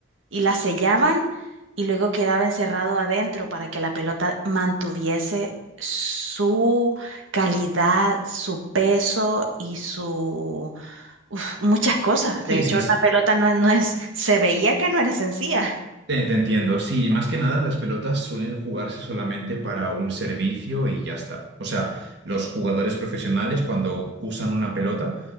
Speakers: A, on the right; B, on the right.
A: y la sellaban y luego quedaba encerrado adentro para que la pelota mantuviese su calidad, su peso y su... uf, muchas cosas.
B: Sí,
A: De hecho,
B: sí,
A: una pelota no, no es... Se veía que no era sencilla.
B: Te, te entiendo, sí, más que nada las pelotas suelen jugarse solamente para un servicio y ya está. O sea, los jugadores profesionales cuando usan una pelota